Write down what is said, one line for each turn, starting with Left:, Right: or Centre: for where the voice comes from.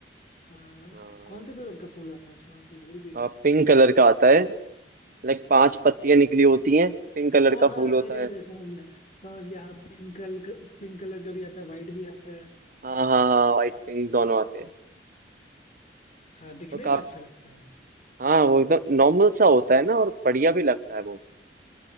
Left: अ,
Right: हाँ
Left: कौन से कलर का फूल आता है उसमें तो भूल भी गया
Right: आ, पिंक कलर का आता है लाइक पांच पत्तियां निकली होती हैं पिंक कलर
Left: हाँ
Right: का
Left: हाँ
Right: फूल होता
Left: अरे
Right: है
Left: अरे समझ गया समझ गया हाँ पिंक कलर पिंक कलर का भी आता है वाइट भी आता है
Right: हाँ हाँ हाँ वाइट पिंक दोनों आते हैं
Left: हाँ दिखने
Right: वो
Left: में
Right: काफ
Left: अच्छा लगता है
Right: हाँ वो एकदम नॉर्मल सा होता है ना और बढ़िया भी लगता है वो